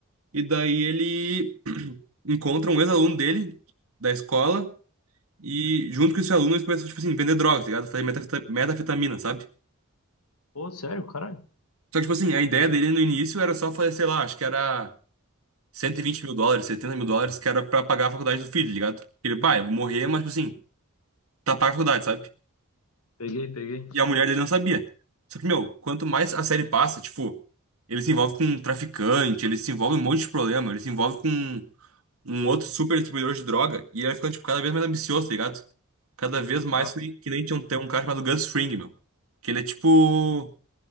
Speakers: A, on the right; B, on the left.
A: e daí ele <clears throat> encontra um ex-aluno dele, da escola, e junto com esse aluno eles começam, tipo assim, vender drogas, tá ligado? Fazer metafeta- metafetamina, sabe?
B: Pô, sério, caralho.
A: Só que, tipo assim, a ideia dele no início era só fazer, sei lá, acho que era 120 mil dólares, 70 mil dólares, que era pra pagar a faculdade do filho, tá ligado? Ele, bah, eu vou morrer, mas, tipo assim, tapar a faculdade, sabe?
B: Peguei, peguei.
A: E a mulher dele não sabia. Só que, meu, quanto mais a série passa, tipo, ele se envolve com um traficante, ele se envolve em um monte de problema, ele se envolve com um outro super distribuidor de droga, e ele vai ficando, tipo, cada vez mais ambicioso, tá ligado? Cada vez mais
B: Ah,
A: que nem, que nem tinha um, tem um cara chamado Gus Fring, meu. Que ele é, tipo,